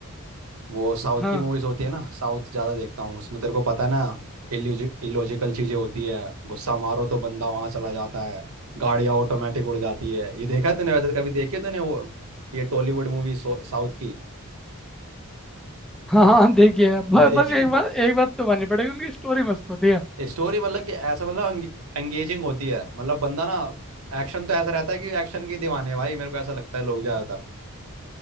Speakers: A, on the right; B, in the centre.
A: वो साउथ
B: हाँ
A: की मूवीज होती है ना साउथ ज्यादा देखता हूँ उसमें तेरे को पता है ना इलॉजिकल चीजें होती है गुस्सा मारो तो बंदा वहां चला जाता है गाड़ियां ऑटोमेटिक उड़ जाती है ये देखा तूने वैसे कभी देखी है तूने वो ये टॉलीवुड मूवी साउथ की
B: हाँ हाँ
A: <laughs>
B: देखिए ब-
A: देखिए
B: बस एक बात एक बात तो माननी पड़ेगी उनकी स्टोरी मस्त होती है
A: स्टोरी मतलब कि ऐसा मतलब एंगेजिंग होती है मतलब बंदा ना एक्शन तो ऐसा रहता है कि एक्शन के दीवाने हैं भाई मेरे को ऐसा लगता है लोग ज्यादातर